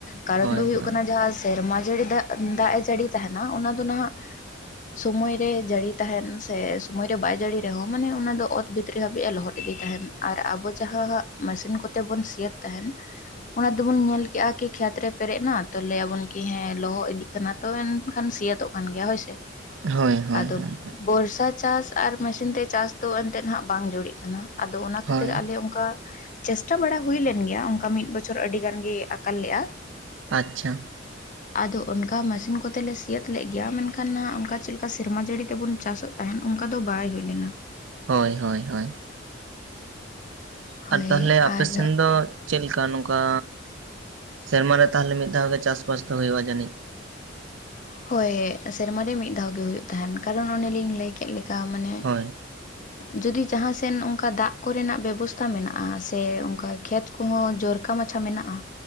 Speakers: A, on the left; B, on the right.
A: ᱠᱟᱨᱚᱱ
B: ᱦᱳᱭ
A: ᱫᱚ ᱦᱳᱭᱳᱜ
B: ᱦᱳᱭ
A: ᱠᱟᱱᱟ ᱡᱟᱦᱟᱸ ᱥᱮᱨᱢᱟ ᱡᱟᱹᱲᱤ ᱫᱟᱜ ᱫᱟᱜ ᱮ ᱡᱟᱹᱲᱤ ᱛᱟᱦᱮᱱᱟ ᱚᱱᱟ ᱫᱚ ᱱᱟᱦᱟᱜ ᱥᱚᱢᱚᱭ ᱨᱮ ᱡᱟᱹᱲᱤ ᱛᱟᱦᱮᱱ ᱥᱮ ᱥᱳᱢᱚᱭ ᱨᱮ ᱵᱟᱭ ᱡᱟᱹᱲᱤ ᱨᱮᱦᱚᱸ ᱢᱟᱱᱮ ᱚᱱᱟ ᱫᱚ ᱚᱛ ᱵᱷᱤᱛ ᱵᱷᱤᱛᱨᱤ ᱦᱟᱹᱵᱤᱡ ᱮ ᱞᱚᱦᱚᱫ ᱤᱫᱤ ᱛᱟᱦᱮᱱ ᱟᱨ ᱟᱵᱚ ᱡᱟᱦᱟᱸ ᱢᱮᱥᱤᱱ ᱠᱚᱛᱮ ᱵᱚᱱ ᱥᱤᱭᱮᱫ ᱛᱟᱦᱮᱱ ᱚᱱᱟ ᱫᱚᱵᱚᱱ ᱧᱮᱞ ᱠᱮᱫᱼᱟ ᱠᱤ ᱠᱷᱮᱛ ᱨᱮ ᱯᱮᱨᱮᱡ ᱮᱱᱟ ᱛᱚ ᱞᱟᱹᱭᱟᱵᱚᱱ ᱠᱤ ᱦᱮᱸ ᱞᱚᱦᱚᱜ ᱤᱫᱤᱜ ᱠᱟᱱᱟ ᱛᱚ ᱮᱱᱠᱷᱟᱱ ᱥᱤᱭᱟᱹᱛᱚᱜ ᱠᱟᱱ ᱜᱮᱭᱟ ᱦᱳᱭ ᱥᱮ,
B: ᱦᱳᱭ ᱦᱳᱭ
A: ᱟᱫᱚ
B: ᱦᱳᱭ
A: ᱵᱚᱨᱥᱟ ᱪᱟᱥ ᱟᱨ ᱢᱮᱥᱤᱱ ᱛᱮ ᱪᱟᱥ ᱫᱚ ᱮᱱᱛᱮᱫ ᱦᱟᱜ ᱵᱟᱝ ᱡᱩᱨᱤᱜ ᱠᱟᱱᱟ, ᱟᱫᱚ ᱚᱱᱟ ᱠᱷᱟᱹᱛᱤᱨ
B: ᱦᱳᱭ
A: ᱟᱞᱮ ᱚᱱᱠᱟ ᱪᱮᱥᱴᱟ ᱵᱟᱲᱟ ᱦᱩᱭ ᱞᱮᱱ ᱜᱮᱭᱟ, ᱚᱱᱠᱟ ᱢᱤᱫ ᱵᱚᱪᱷᱚᱨ ᱟᱹᱰᱤ ᱜᱟᱱ ᱜᱮ ᱟᱠᱟᱞ ᱞᱮᱜᱼᱟ᱾
B: ᱟᱪᱪᱷᱟ
A: ᱟᱫᱚ ᱚᱱᱠᱟ ᱢᱮᱥᱤᱱ ᱠᱚᱛᱮᱞᱮ ᱥᱤᱭᱮᱛ ᱞᱮᱫ ᱜᱮᱭᱟ ᱢᱮᱱᱠᱷᱟᱱ ᱱᱟᱜ ᱚᱱᱠᱟ ᱪᱮᱫ ᱞᱮᱠᱟ ᱥᱮᱨᱢᱟ ᱡᱟᱹᱲᱤ ᱛᱮᱵᱚᱱ ᱪᱟᱥᱚᱜ ᱛᱟᱦᱮᱱ ᱚᱱᱠᱟ ᱫᱚ ᱵᱟᱭ ᱦᱩᱭ ᱞᱮᱱᱟ᱾
B: ᱦᱳᱭ ᱦᱳᱭ ᱦᱳᱭ
A: ᱦᱳᱭ
B: ᱟᱨ ᱛᱟᱦᱚᱞᱮ ᱟᱯᱮ
A: ᱟᱨ
B: ᱥᱮᱱ ᱫᱚ ᱪᱮᱫ ᱞᱮᱠᱟ ᱱᱚᱝᱠᱟ ᱥᱮᱨᱢᱟ ᱨᱮ ᱛᱟᱦᱚᱞᱮ ᱢᱤᱫ ᱫᱷᱟᱣ ᱜᱮ ᱪᱟᱥᱵᱟᱥ ᱫᱚ ᱦᱩᱭᱩᱜᱼᱟ ᱡᱟᱹᱱᱤᱡ
A: ᱦᱳᱭ ᱥᱮᱨᱢᱟ ᱨᱮ ᱢᱤᱫ ᱫᱷᱟᱣ ᱜᱮ ᱦᱩᱭᱩᱜ ᱛᱟᱦᱮᱱ ᱠᱟᱨᱚᱱ ᱚᱱᱮᱞᱤᱧ ᱞᱟᱹᱭ ᱠᱮᱫ ᱞᱮᱠᱟ ᱢᱟᱱᱮ
B: ᱦᱳᱭ
A: ᱡᱩᱫᱤ ᱡᱟᱦᱟᱸ ᱥᱮᱱ ᱚᱱᱠᱟ ᱫᱟᱜ ᱠᱚᱨᱮᱱᱟᱜ ᱵᱮᱵᱚᱥᱛᱟ ᱢᱮᱱᱟᱜᱼᱟ ᱥᱮ ᱚᱱᱠᱟ ᱠᱷᱮᱛ ᱠᱚᱦᱚᱸ ᱡᱚᱨᱠᱟ ᱢᱟᱪᱷᱟ ᱢᱮᱱᱟᱜᱼᱟ